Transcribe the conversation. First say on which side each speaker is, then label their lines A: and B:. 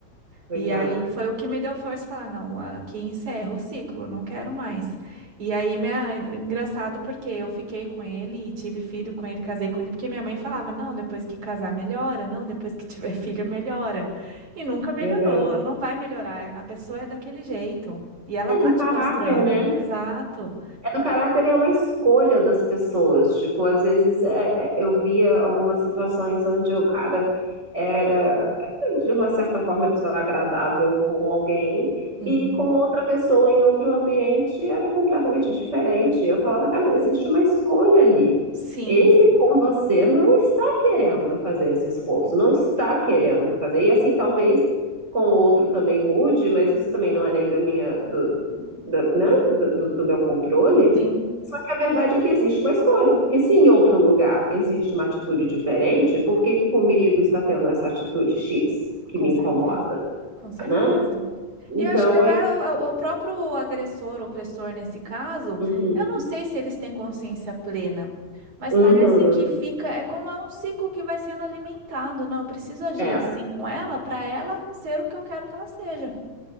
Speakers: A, on the right; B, on the right.
A: Pois
B: E aí
A: é.
B: foi o que me deu força falar, não, aqui encerra o ciclo, não quero mais. E aí, minha... engraçado porque eu fiquei com ele e tive filho com ele, casei com ele, porque minha mãe falava, não, depois que casar melhora, não, depois que tiver <laughs> filho melhora. E nunca melhorou,
A: Meu Deus.
B: não vai melhorar, a pessoa é daquele jeito. E ela
A: É
B: tá
A: do caráter,
B: te mostrando.
A: né?
B: Exato.
A: É do caráter é uma escolha das pessoas. Tipo, às vezes é- é- eu via algumas situações onde o cara era, é, de uma certa forma, desagradável com alguém
B: Uhum.
A: e com outra pessoa em outro ambiente era completamente diferente. Eu falava, cara, existe uma escolha ali.
B: Sim,
A: Ele com você não está querendo fazer esse esforço, não está querendo fazer. E assim, talvez com o outro também mude, mas isso também não é nem da minha, da- né, do, do meu controle.
B: sim,
A: Só que a verdade é que existe uma escolha, porque se em outro lugar existe uma atitude diferente, por que que comigo está tendo essa atitude X que
B: com
A: me
B: certeza.
A: incomoda,
B: Com certeza.
A: né? Então
B: E eu acho que até
A: é.
B: o o próprio agressor, opressor nesse caso,
A: Uhum,
B: eu não sei se eles têm consciência plena, mas
A: uhum,
B: parece que fica, é como é um ciclo que vai sendo alimentado, não, eu preciso agir
A: é,
B: assim com ela para ela ser o que eu quero que ela seja,